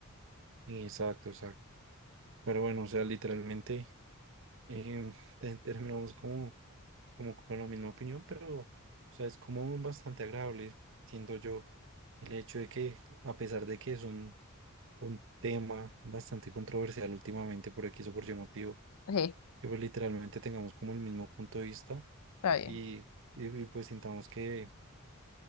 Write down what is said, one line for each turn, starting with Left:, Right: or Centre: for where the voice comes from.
Right: Exacto, exacto. Pero bueno, o sea, literalmente em, <laughs> te- terminamos como, como con la misma opinión, pero, o sea, es como bastante agradable, siento yo, el hecho de que, a pesar de que es un, un tema bastante controversial últimamente por X o por Y motivo,
Left: Sí,
Right: que pues, literalmente tengamos como el mismo punto de vista
Left: está bien.
Right: y, y, y, pues sintamos que